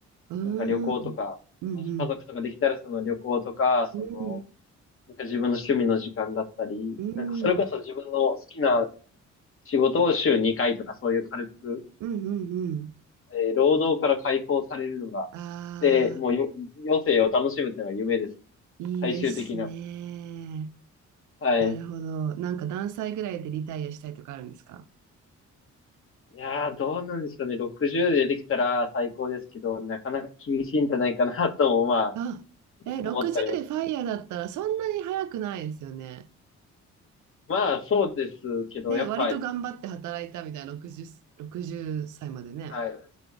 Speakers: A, on the right; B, on the left.
A: うん、
B: なんか旅行とか、
A: うーん、うん、
B: もし家族とかできたらその旅行とか、その、
A: うん、うん、
B: なんか自分の趣味の時間だったり、
A: うん、
B: なんかそれこそ自分の好きな仕事を週2回とかそういう軽く、
A: うん、うん、うん。
B: えー労働から解放されるのが、
A: あ
B: で、もうよ余生を楽しむというのが夢です。
A: ー、いいですね。
B: 最終的な。はい。
A: なるほど。なんか何歳ぐらいでリタイアしたいとかあるんですか
B: いやー、どうなんでしょうね。60でできたら最高ですけど、なかなか厳しいんじゃないかなとも、まあ、
A: あ、え、60でファイヤーだったらそんなに早くないですよね。
B: 思ったりもしまあ、そうですけど、
A: ね、
B: やっぱ、
A: 割と頑張って働いたみたいな60、60歳までね。
B: はい。